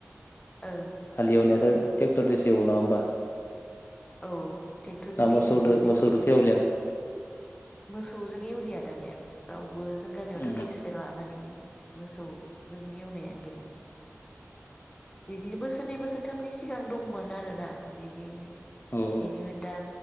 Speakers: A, on the left; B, on the left.
A: ओ
B: हालेवनायाथ' ट्रेक्टरजोंसो एवो नङा होमबा?
A: औ ट्रेक्टरजोंनो
B: दा मोसौदो
A: एवजोबो आथिखालाव
B: मोसौदोथ' एवलिया
A: माने मोसौजों एवलियानो आ दानिया रावबो जों गामियावथ'
B: औ
A: गैस्रायला माने मोसौजों एवनायानो गैला बिदिनो बोसोरनै बोसोरथामनि सिगां दंमोन आरोना बिदिनो। बेनि
B: औ
A: दा